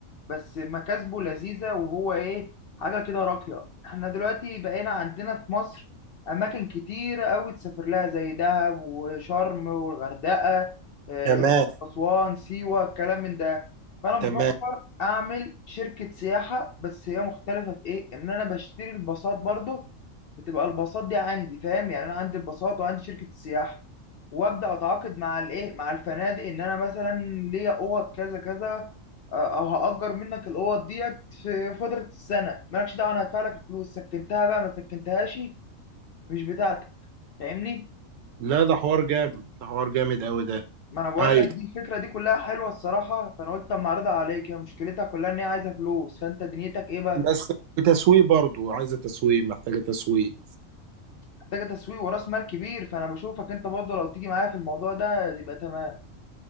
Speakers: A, on the left (about 60°); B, on the right (about 70°).
A: بس مكاسبه لذيذة وهو ايه حاجة كده راقية احنا دلوقتي بقينا عندنا في مصر أماكن كتير أوي تسافر لها زي دهب وشرم والغردقة آه،
B: وكمان
A: الأقصر أسوان سيوة الكلام من ده فأنا بفكر
B: تمام
A: أعمل شركة سياحة بس هي مختلفة في إيه؟ إن أنا بشتري الباصات برضو بتبقى الباصات دي عندي فاهم يعني أنا عندي الباصات وعندي شركة السياحة وأبدأ أتعاقد مع الإيه؟ مع الفنادق إن أنا مثلا ليا أوض كذا كذا او هاجر منك الاوض ديت في فتره السنه مالكش دعوه انا هدفع لك الفلوس سكنتها بقى ما سكنتهاش مش بتاعتك فاهمني
B: لا ده حوار جامد ده حوار جامد قوي ده
A: ما انا بقول
B: ايوه
A: لك دي الفكره دي كلها حلوه الصراحه فانا قلت اما اعرضها عليك هي مشكلتها كلها ان هي عايزه فلوس فانت دنيتك ايه بقى
B: بس تسويق برضو عايزه تسويق محتاجه تسويق
A: محتاجه تسويق وراس مال كبير فانا بشوفك انت برضه لو تيجي معايا في الموضوع ده يبقى تمام